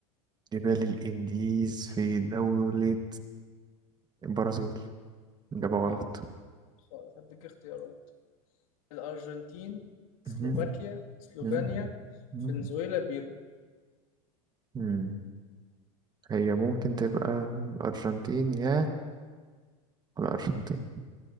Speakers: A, on the right; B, on the left.
A: جبال الإنديز في دولة البرازيل إجابة
B: لأ
A: غلط
B: خالص هديك اختيارات الأرجنتين سلوفاكيا
A: مهم.
B: سلوفينيا
A: مهم. مهم.
B: فنزويلا بيرو
A: مم. هي ممكن تبقى الأرجنتين يا الأرجنتين